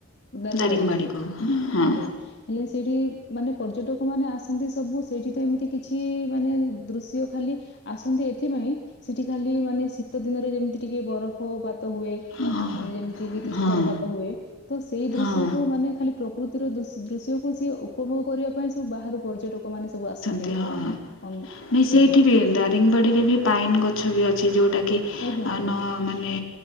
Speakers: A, on the left; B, on the left.
A: ଦାରିଙ୍ଗବାଡିକୁ,
B: ଦାରିଙ୍ଗବାଡ଼ିକୁ ହଁ
A: ଆଜ୍ଞା। ହେଲେ ସେଇଠି, ମାନେ ପର୍ଯ୍ୟଟକ ମାନେ ଆସନ୍ତି ସବୁ ସେଇଠି ତ ଏମିତି କି କିଛି ମାନେ ଦୃଶ୍ୟ ଖାଲି ଆସନ୍ତି ଏଥିପାଇଁ ସେଠି ଖାଲି ମାନେ, ଶୀତ ଦିନରେ ଯେମିତି ଟିକେ ବରଫପାତ ହୁଏ।
B: ହଁ
A: ଆ ଯେମିତି କି, ତୁଷାରପାତ
B: ହଁ
A: ହୁଏ। ତ ସେଇ ଦୃଶ୍ୟକୁ
B: ହଁ
A: ମାନେ ଖାଲି ପ୍ରକୃତିର ଦୃ--ଦୃଶ୍ୟକୁ ସିଏ ଉପଭୋଗ କରିବା ପାଇଁ ସବୁ ବାହାରୁ ପର୍ଯ୍ୟଟକ ମାନେ ସବୁ ଆସନ୍ତି।
B: ଇଠି
A: ଆମ
B: ହଁ
A: ଅନ୍
B: ନାଇଁ ସେଇଠି
A: ଆଜ୍ଞା
B: ବି ଏ ଦାରିଙ୍ଗିବାଡ଼ି ରେ ବି ପାଇନ ଗଛ ବି ଅଛି ଯୋଉଟା କି
A: ଆଜ୍ଞା
B: ଆ
A: ଆଜ୍ଞା
B: ନ ମାନେ